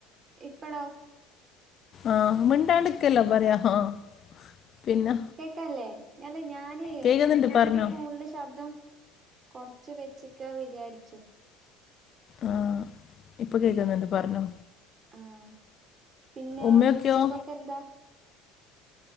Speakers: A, on the right (about 35°); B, on the left (about 40°).
A: ഇപ്പോഴോ?
B: ആഹ് മിണ്ടാട്ടിക്കല്ല പറയാ ആ.. പിന്നെ
A: കേക്കല്ലേ! ഞാന്!
B: കേൾക്കുന്നുണ്ട്
A: ഇവിടെ
B: പറഞ്ഞോ
A: എന്റെ ഫോണില് ശബ്ദം കൊറച്ച് വെച്ചിക്ക വിചാരിച്ചു
B: ആഹ! ഇപ്പൊ കേക്കുന്നുണ്ട് പറഞ്ഞോ.
A: ആഹ് പിന്നെ
B: ഉമ്മയൊക്കെയോ
A: ഉച്ചക്കൊക്കെ എന്താ?